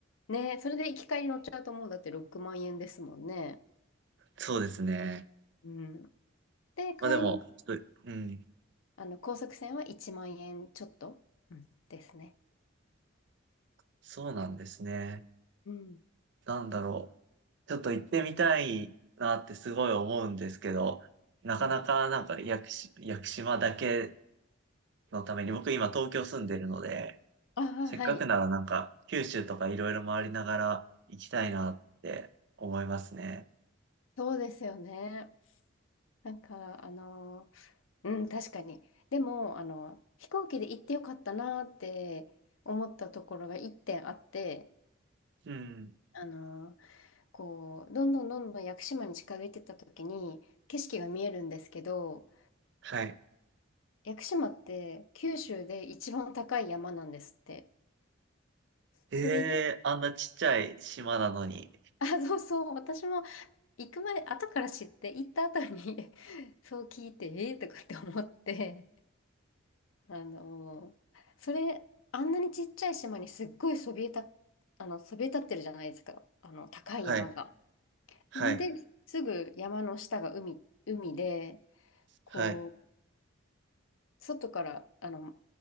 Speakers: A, on the left (about 75°); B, on the right (about 60°).
A: ね、それで行き帰り乗っちゃうともうだって6万円ですもんね。
B: そうですね。
A: うん。で、帰り、
B: まあでも、ちょっとうん。
A: あの、高速船は1万円ちょっと、うんですね。
B: そうなんですね。
A: うん。
B: なんだろう。ちょっと行ってみたいなってすごい思うんですけど、なかなかなんか屋久し屋久島だけ
A: うん。
B: のために、僕今東京住んでるので、
A: ああ、
B: せっかくならなんか九州とかいろいろ回りながら行きたいなって思いますね。
A: はい。そうですよね。なんか、あの、うん、確かに。でも、あの、飛行機で行ってよかったなって思ったところが1点あって、
B: うん。
A: あの、こう、どんどんどんどん屋久島に近づいてった時に、景色が見えるんですけど、
B: はい。
A: 屋久島って九州で一番高い山なんですって。
B: え
A: それで、
B: えあんなちっちゃい島なのに。
A: あ、そうそう、私も行く前、後から知って、行った後に <laughs> そう聞いて、ええーとかって思って、あのーそれ、あんなにちっちゃい島にすっごいそびえた、あの、そびえ立ってるじゃないですか、あの、高い山が。
B: はい。はい。
A: で、すぐ山の下が海、海で、こう、
B: はい。
A: 外から、あの、